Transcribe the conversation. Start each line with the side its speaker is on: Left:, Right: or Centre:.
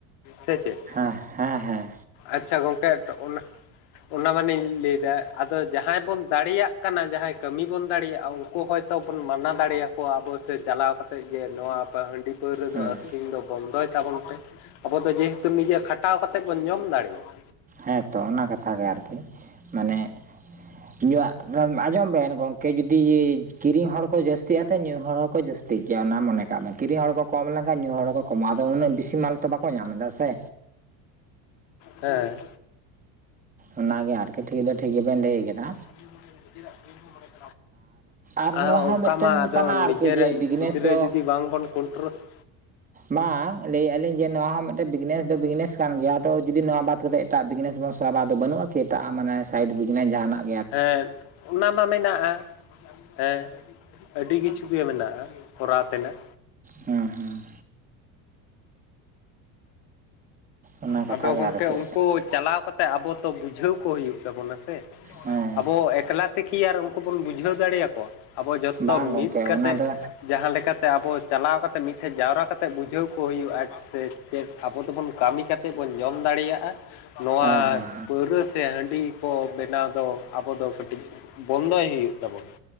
Left: ᱥᱮ ᱪᱮᱜ,
Right: ᱦᱮᱸ ᱦᱮᱸ ᱦᱮᱸ
Left: ᱟᱪᱪᱷᱟ ᱜᱚᱝᱠᱮ ᱚᱱᱟ ᱚᱱᱟ ᱢᱟᱱᱤᱧ ᱞᱟᱹᱭᱫᱟ ᱟᱫᱚ ᱡᱟᱦᱟᱸᱭ ᱵᱚᱱ ᱫᱟᱲᱮᱭᱟᱜ ᱠᱟᱱᱟ ᱡᱟᱦᱟᱸᱭ ᱠᱟᱹᱢᱤ ᱵᱚᱱ ᱫᱟᱲᱮᱭᱟᱜᱼᱟ ᱩᱝᱠᱩ ᱦᱚᱭᱛᱳ ᱵᱚᱱ ᱢᱟᱱᱟ ᱫᱟᱲᱮᱭᱟ ᱠᱚᱣᱟ ᱟᱵᱚ ᱥᱮ ᱪᱟᱞᱟᱣ ᱯᱟᱥᱮᱜ ᱡᱮ ᱱᱚᱣᱟ ᱦᱟᱺᱰᱤ ᱯᱟᱹᱣᱨᱟᱹ
Right: ᱦᱮᱸ
Left: ᱫᱚ ᱟᱹᱠᱷᱨᱤᱧ ᱫᱚ ᱵᱚᱱᱫᱚᱭ ᱛᱟᱵᱚᱱ ᱯᱮ᱾ ᱟᱵᱚ ᱫᱚ ᱡᱮᱦᱮᱛᱩ ᱱᱤᱡᱮ ᱠᱷᱟᱴᱟᱣ ᱠᱟᱛᱮᱜ ᱵᱚᱱ ᱡᱚᱢ ᱫᱟᱲᱮᱭᱟᱜᱼᱟ,
Right: ᱦᱮᱸ ᱛᱚ ᱚᱱᱟ ᱠᱟᱛᱷᱟ ᱜᱮ ᱟᱨᱠᱤ ᱢᱟᱱᱮ ᱤᱧᱟᱜ ᱫᱚᱢ ᱟᱸᱡᱚᱢ ᱵᱮᱱ ᱜᱚᱝᱠᱮ ᱡᱩᱫ ᱫᱤ ᱠᱤᱨᱤᱧ ᱦᱚᱲ ᱠᱚ ᱡᱟᱹᱥᱛᱤᱜᱼᱟ ᱛᱚ ᱧᱩ ᱦᱚᱲ ᱦᱚᱸᱠᱚ ᱡᱟᱹᱥᱛᱤᱜ ᱜᱮᱭᱟ ᱚᱱᱟ ᱢᱚᱱᱮ ᱠᱟᱜ ᱢᱮ ᱠᱤᱨᱤᱧ ᱦᱚᱲ ᱠᱚ ᱠᱚᱢ ᱞᱮᱱᱠᱷᱟᱱ ᱧᱩ ᱦᱚᱲ ᱦᱚᱸᱠᱚ ᱠᱚᱢᱚᱜᱟ ᱟᱫᱚ ᱩᱱᱟᱹᱜ ᱵᱤᱥᱤ ᱢᱟᱞ ᱛᱚ ᱵᱟᱠᱚ ᱧᱟᱢ ᱮᱫᱟ ᱥᱮ᱾
Left: ᱦᱮᱸ
Right: ᱚᱱᱟᱜᱮ ᱟᱨᱠᱤ ᱴᱷᱤᱠ ᱫᱚ ᱴᱷᱤᱠ ᱜᱮᱵᱮᱱ ᱞᱟᱹᱭ ᱠᱟᱫᱟ᱾
Left: ᱵᱷᱩᱞ ᱢᱟᱱᱮ ᱱᱤᱡᱮᱨᱟᱜ ᱵᱷᱩᱞ ᱦᱚᱸ ᱢᱟᱱᱮ,
Right: ᱟᱨ
Left: ᱟ
Right: ᱱᱚᱣᱟ ᱦᱚᱸ
Left: ᱚᱝᱠᱟ
Right: ᱢᱤᱫᱴᱮᱱ
Left: ᱢᱟ ᱟᱫᱚ
Right: ᱠᱟᱱᱟ ᱟᱨᱠᱤ
Left: ᱱᱤᱡᱮᱨᱟᱜ
Right: ᱡᱮ ᱵᱤᱡᱽᱱᱮᱥ
Left: ᱜᱤᱫᱽᱨᱟᱹ
Right: ᱫᱚ
Left: ᱡᱩᱫᱤ ᱵᱟᱝᱵᱚᱱ ᱠᱚᱱᱴᱨᱳᱞ <inaudible>
Right: ᱵᱟᱝ ᱞᱟᱹᱭᱮᱜ ᱞᱤᱧ ᱡᱮ ᱱᱚᱣᱟ ᱦᱚᱸ ᱢᱤᱜᱴᱮᱜ ᱵᱤᱡᱽᱱᱮᱥ ᱫᱚ ᱵᱤᱜᱽᱱᱮᱥ ᱠᱟᱱ ᱜᱮᱭᱟ᱾ ᱟᱫᱚ ᱡᱩᱫᱤ ᱱᱚᱣᱟ ᱵᱟᱫ ᱠᱟᱛᱮᱫ ᱮᱴᱟᱜ ᱵᱤᱡᱽᱱᱮᱥ ᱵᱚᱱ ᱥᱮᱵᱟ ᱟᱫᱚ ᱵᱟᱹᱱᱩᱜᱼᱟ ᱠᱤ ᱮᱴᱟᱼᱟᱜ ᱢᱟᱱᱮ ᱥᱟᱭᱤᱰ ᱵᱤᱜᱱᱮ ᱡᱟᱦᱟᱸᱱᱟᱜ
Left: ᱦᱮᱸ ᱚᱱᱟᱯ ᱚᱱᱟ ᱢᱮᱱᱟᱜᱼᱟ ᱦᱮᱸ ᱟᱹᱰᱤ ᱠᱤᱪᱷᱩ ᱜᱮ ᱢᱮᱱᱟᱜᱼᱟ ᱠᱚᱨᱟᱣ ᱛᱮᱱᱟᱜ᱾
Right: ᱦᱮᱸ ᱦᱮᱸ ᱦᱮᱸ ᱚᱱᱟ
Left: ᱟᱫᱚ
Right: ᱠᱟᱛᱷᱟ ᱜᱮ
Left: ᱜᱚᱝᱠᱮ
Right: ᱟᱨᱠᱤ
Left: ᱩᱝᱠᱩ ᱪᱟᱞᱟᱣ ᱠᱟᱛᱮᱜ ᱟᱵᱚ ᱛᱚ ᱵᱩᱡᱷᱟᱹᱣ ᱠᱚ ᱦᱩᱭᱩᱜ ᱛᱟᱵᱚᱱᱟ ᱥᱮ,
Right: ᱦᱮᱸ
Left: ᱟᱵᱚ ᱮᱠᱞᱟ ᱛᱤᱠᱤ ᱟᱨ ᱩᱱᱠᱩ ᱵᱚᱱ ᱵᱩᱡᱷᱟᱹᱣ ᱫᱟᱲᱮᱭᱟ ᱠᱚᱣᱟ ᱟᱵᱚ ᱡᱚᱛᱚ
Right: ᱵᱟᱝ
Left: ᱢᱤᱫ
Right: ᱜᱚᱢᱠᱮ ᱚᱱᱟ
Left: ᱠᱟᱛᱮᱫ
Right: ᱫᱚ
Left: ᱡᱟᱦᱟᱸ ᱞᱮᱠᱟᱛ ᱛᱮ ᱟᱵᱚ ᱪᱟᱞᱟᱣ ᱠᱟᱛᱮᱜ ᱢᱤᱜᱴᱷᱮᱜ ᱡᱟᱣᱨᱟ ᱠᱟᱛᱮᱜ ᱵᱩᱡᱷᱟᱹᱣ ᱠᱚ ᱦᱩᱭᱩᱜᱼᱟ ᱥᱮ ᱪᱮᱜ ᱟᱵᱚ ᱫᱚᱵᱚᱱ ᱠᱟᱹᱢᱤ ᱠᱟᱛ ᱛᱮᱜ ᱵᱚᱱ ᱡᱚᱢ ᱫᱟᱲᱮᱭᱟᱜᱼᱟ ᱱᱚᱣᱟ
Right: ᱦᱮᱸ ᱦᱮᱸ
Left: ᱯᱟᱹᱣᱨᱟᱹ ᱥᱮ ᱦᱟᱺᱰᱤ ᱠᱚ ᱵᱮᱱᱟᱣ ᱫᱚ ᱟᱵᱚ ᱫᱚ ᱠᱟᱹᱴᱤᱜ ᱵᱚᱱᱫᱚᱭ ᱦᱩᱭᱩᱜ ᱛᱟᱵᱚᱱᱟ᱾